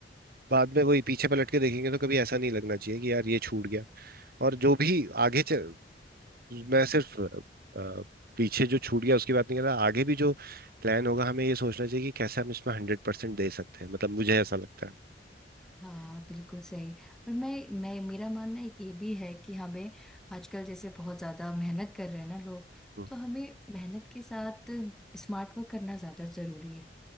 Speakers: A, on the right; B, in the centre.
A: बाद में वही पीछे पलट के देखेंगे तो कभी ऐसा नहीं लगना चाहिए कि यार ये छूट गया और जो भी आगे च, अ, मैं सिर्फ अ, पीछे जो छूट गया उसकी बात नहीं कर रहा आगे भी जो प्लान होगा हमें ये सोचना चाहिए कि कैसे हम इसमें हंड्रेड परसेंट दे सकते हैं मतलब मुझे ऐसा लगता है
B: हाँ बिल्कुल सही और मैं मैं मेरा मानना है कि ये भी है कि हमें आजकल जैसे बहुत ज़्यादा मेहनत कर रहे हैं ना लोग
A: हम्म।
B: तो हमें मेहनत के साथ स्मार्ट वर्क करना ज़्यादा ज़रूरी है